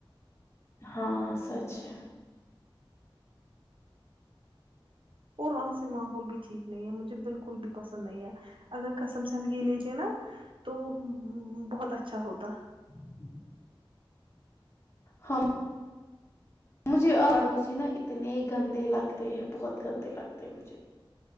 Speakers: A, on the left; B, on the right.
A: ہاں سچ ہے
B: اور وہاں سے ماحول بھی ٹھیک نہیں ہے مجھے بالکل بھی پسند نہیں ہے اگر قسم سے ہم یہ لیتے نا تو بہت اچھا ہوتا
A: <inaudible> ہم مجھے آڑاڑوسی نا اتنے گندے لگتے ہیں بہت گندے لگتے ہیں مجھے